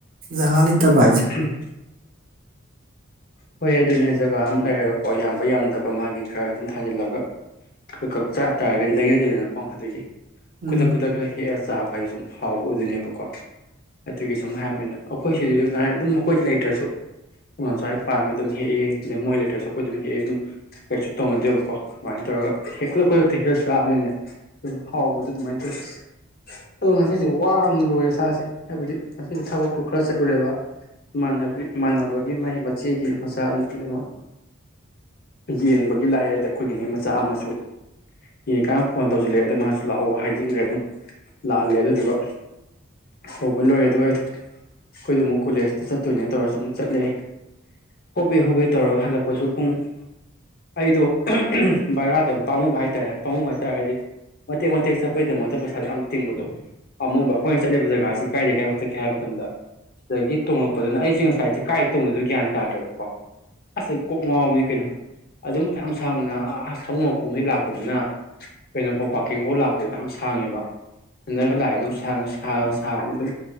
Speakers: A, on the right (about 45°); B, on the left (about 50°).
A: ꯖꯒꯥ ꯂꯩ ꯇꯕꯥꯏꯖ
B: ꯎꯝ ꯍꯣꯏ ꯑꯗꯨꯅꯦ ꯖꯒꯥ ꯑꯃ ꯂꯩꯔꯒꯀꯣ ꯌꯥꯝꯕ ꯌꯥꯝꯗꯕ ꯃꯥꯒꯤ ꯈꯔ ꯑꯗꯨꯝ ꯊꯥꯖꯤꯜꯂꯒ ꯀꯛ ꯆꯥ ꯇꯥꯔꯒꯗꯤ ꯂꯩꯅꯗꯦꯗꯅꯀꯣ ꯑꯗꯨꯒꯤ
A: ꯎꯝ
B: ꯈꯨꯗꯛ ꯈꯨꯗꯛꯀ ꯍꯦꯛꯑ ꯆꯥꯕ ꯍꯥꯏꯁꯦ ꯁꯨꯝ ꯍꯥꯎꯕ ꯑꯣꯏꯗꯣꯏꯅꯦꯕꯀꯣ ꯑꯗꯨꯒꯤ ꯁꯨꯝ ꯍꯥꯏꯕꯅꯤꯅ ꯑꯩꯈꯣꯏ ꯁꯤꯗꯗꯤ ꯀꯥꯏ ꯑꯗꯨꯝ ꯃꯈꯣꯏ ꯂꯩꯇ꯭ꯔꯁꯨ ꯉꯣꯝ ꯆ ꯄꯥꯝꯃꯦ ꯑꯗꯨꯝ ꯍꯦꯛ ꯑꯦ ꯃꯣꯏ ꯂꯩꯇ꯭ꯔꯦ ꯑꯩꯈꯣꯏ ꯑꯗꯨꯝ ꯍꯦꯛ ꯑꯗꯨꯝ ꯀꯩꯁꯨ ꯇꯧꯅꯗꯦꯕꯀꯣ ꯑꯗꯨꯃꯥꯏꯅ ꯇꯧꯔꯒ ꯈꯨꯗꯛ ꯈꯨꯗꯛꯇ ꯍꯦꯛꯑ ꯆꯥꯕꯅꯤꯅꯅꯦ ꯍꯥꯎꯕꯗ ꯑꯗꯨꯃꯥꯏꯅ ꯇꯧꯋ ꯑꯗꯣ ꯉꯁꯤꯁꯦ ꯋꯥꯕꯅ ꯂꯣꯏꯔꯦ ꯁꯥꯥꯁꯦ ꯍꯥꯏꯕꯗꯤ ꯉꯁꯤꯁꯦ ꯊꯕꯛꯇꯨ ꯈꯔ ꯆꯠꯂꯨꯔꯦꯕ ꯏꯃꯥꯟꯅꯕꯤ ꯏꯃꯥꯟꯅꯕꯒꯤ ꯃꯥꯒꯤ ꯃꯆꯦꯒꯤ ꯃꯆꯥꯅꯨꯄꯤ ꯑꯃ ꯌꯦꯡꯕꯒꯤ ꯂꯥꯛꯑꯦꯗ ꯑꯩꯈꯣꯏꯒꯤꯅꯦ ꯃꯆꯥ ꯑꯃꯁꯨ ꯌꯦꯡꯉꯀꯥꯟ ꯐꯣꯟ ꯇꯧꯁꯤꯜꯂꯛꯑꯦ ꯑꯗꯣ ꯃꯥꯁꯨ ꯂꯥꯛꯑꯣ ꯍꯥꯏꯖꯤꯟꯈ꯭ꯔꯦ ꯑꯗꯨꯝ ꯂꯥꯛꯍꯜꯂꯦ ꯑꯗꯨꯗꯨꯒ ꯍꯧꯕ ꯂꯣꯏꯔꯦ ꯑꯗꯨꯒ ꯑꯩꯗ ꯑꯩꯈꯣꯏꯗ ꯑꯃꯨꯛ ꯀꯣꯂꯦꯖꯇ ꯆꯠꯇꯣꯏꯅꯦ ꯇꯧꯔꯁꯨ ꯑꯃꯨꯛ ꯆꯠꯂꯑꯦ ꯍꯣꯕꯦ ꯍꯣꯕꯦ ꯇꯧꯔ ꯍꯜꯂꯛꯄꯁꯨ ꯄꯨꯡ ꯑꯩꯗꯣ ꯚꯔꯥꯗ ꯌꯥꯝ ꯄꯥꯝꯃꯨꯕ ꯍꯥꯏꯇꯥꯔꯦ ꯄꯥꯝꯃꯨꯕ ꯍꯥꯏꯇꯥꯥꯔꯒꯗꯤ ꯃꯇꯦꯛ ꯃꯇꯦꯛ ꯆꯠꯄꯩꯗꯃꯛꯇ ꯄꯩꯁꯥꯗ ꯌꯥꯝ ꯇꯤꯡꯕꯗꯣ ꯑꯃꯨꯕ ꯑꯩꯈꯣꯏꯅ ꯆꯠꯂꯤꯕ ꯖꯒꯥꯁꯤ ꯀꯥꯏꯗ ꯀꯥꯏ ꯆꯠꯀꯦ ꯍꯥꯏꯕ ꯃꯇꯝꯗ ꯁꯤꯗꯒꯤ ꯇꯣꯡꯉꯛꯄꯗꯨꯅ ꯑꯩꯁꯦ ꯉꯁꯥꯏꯁ ꯀꯥꯏ ꯇꯧꯅ ꯒ꯭ꯌꯥꯟ ꯇꯥꯗ꯭ꯔꯕꯀꯣ ꯑꯁ ꯑꯩ ꯀꯣꯛ ꯉꯥꯎꯕꯅꯤ ꯀꯩꯅꯣ ꯑꯗꯨꯛ ꯌꯥꯝ ꯁꯥꯡꯅ ꯑꯁ ꯊꯃꯨꯡ ꯃꯈꯣꯡꯗꯩ ꯂꯥꯛꯄꯗꯨꯅ ꯀꯩꯅꯄꯧ ꯄꯥꯀꯤꯡ ꯐꯥꯎ ꯂꯥꯛꯄꯗ ꯌꯥꯝ ꯁꯥꯡꯉꯦꯕ ꯆꯟꯅꯒ ꯂꯥꯛꯑꯦ ꯑꯗꯨꯝ ꯁꯥꯕꯅꯤ ꯑꯗꯨꯝ